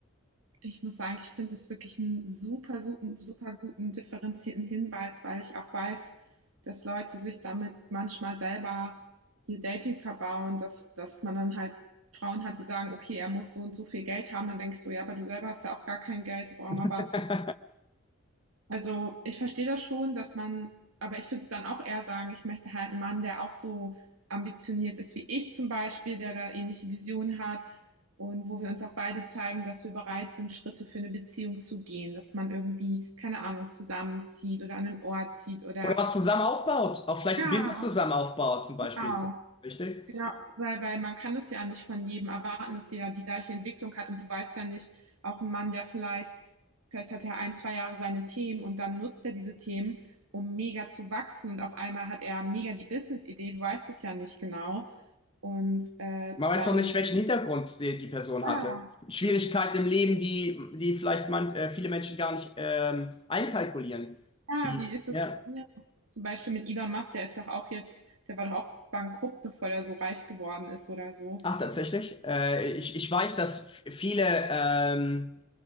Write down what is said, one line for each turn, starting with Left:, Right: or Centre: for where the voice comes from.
Right: Ich muss sagen, ich finde es wirklich einen super, super, super guten, differenzierten Hinweis, weil ich auch weiß, dass Leute sich damit manchmal selber ihr Dating verbauen, dass, dass man dann halt Frauen hat, die sagen, okay, er muss so und so viel Geld haben. Dann denke ich so, ja, aber du selber hast ja auch gar kein Geld, warum
Left: <laughs>
Right: erwartest also, ich verstehe das schon, dass man aber ich würde dann auch eher sagen, ich möchte halt einen Mann, der auch so ambitioniert ist wie ich zum Beispiel, der da ähnliche Visionen hat und wo wir uns auch beide zeigen, dass wir bereit sind, Schritte für eine Beziehung zu gehen, dass man irgendwie, keine Ahnung, zusammenzieht oder an einen Ort zieht oder
Left: Oder was zusammen aufbaut, auch vielleicht
Right: ja,
Left: ein Business zusammen aufbaut, zum Beispiel.
Right: auch,
Left: Richtig?
Right: ja, weil, weil man kann es ja nicht von jedem erwarten, dass jeder die gleiche Entwicklung hat und du weißt ja nicht, auch ein Mann, der vielleicht, vielleicht hat er ein, zwei Jahre seine Themen und dann nutzt er diese Themen, um mega zu wachsen und auf einmal hat er mega die Business-Idee, du weißt es ja nicht genau und äh,
Left: Man weiß
Right: dahingehend,
Left: noch nicht, welchen Hintergrund die, die Person hatte.
Right: ja,
Left: Schwierigkeiten im Leben, die, die vielleicht man, äh, viele Menschen gar nicht ähm, einkalkulieren.
Right: ja,
Left: Die,
Right: wie ist
Left: ja.
Right: es ja. zum Beispiel mit Elon Musk, der ist doch auch jetzt, der war doch auch bankrupt, bevor der so reich geworden ist oder so.
Left: Ach, tatsächlich. Äh, ich, ich weiß, dass f- viele ähm,